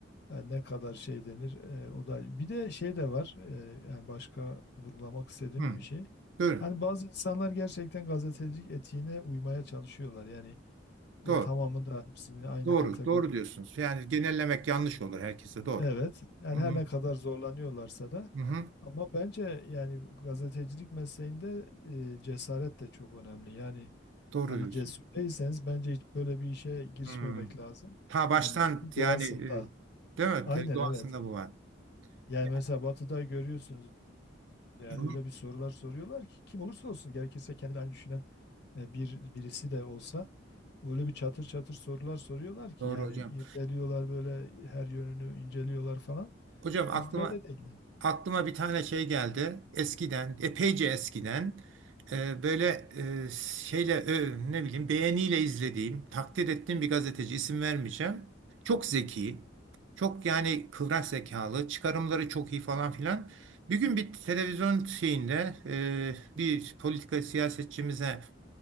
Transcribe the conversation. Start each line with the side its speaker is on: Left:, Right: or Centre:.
Left: yani ne kadar şey denir e, o da bir de şey de var e, yani başka vurgulamak istediğim
Right: hı,
Left: bir şey.
Right: Buyurun.
Left: Hani bazı insanlar gerçekten gazetecilik etiğine uymaya çalışıyorlar yani e,
Right: Doğru.
Left: tamamı da hepsini aynı
Right: Doğru.
Left: kategoride
Right: Doğru diyorsunuz. Yani genellemek yanlış olur herkese. Doğru.
Left: Evet, yani
Right: Hı hı
Left: her ne kadar zorlanıyorlarsa da
Right: hı hı.
Left: ama bence yani gazetecilik mesleğinde e, cesaret de çok önemli. Yani
Right: Doğru
Left: hani
Right: diyorsun.
Left: cesur değilseniz bence hiç böyle bir işe girişmemek
Right: Hı.
Left: lazım.
Right: Ta baştan
Left: Yani bunun doğasında.
Right: yani e, değil mi?
Left: Aynen
Right: E, Doğasında
Left: evet.
Right: bu var.
Left: Yani
Right: Ya,
Left: mesela Batı'da görüyorsunuz yani
Right: hı,
Left: öyle bir sorular soruyorlar ki kim olursa olsun gerekirse kendi aynı düşünen e, bir birisi de olsa öyle bir çatır çatır sorular soruyorlar ki
Right: Doğru
Left: yani
Right: hocam.
Left: irdeliyorlar böyle her yönünü inceliyorlar falan.
Right: Hocam aklıma
Left: Bizde öyle değil.
Right: aklıma bir tane şey geldi. Eskiden, epeyce eskiden e, böyle e, şeyle e, ne bileyim beğeniyle izlediğim, takdir ettiğim bir gazeteci isim vermeyeceğim. Çok zeki, çok yani kıvrak zekalı, çıkarımları çok iyi falan filan. Bir gün bir televizyon şeyinde e, bir politika siyasetçimize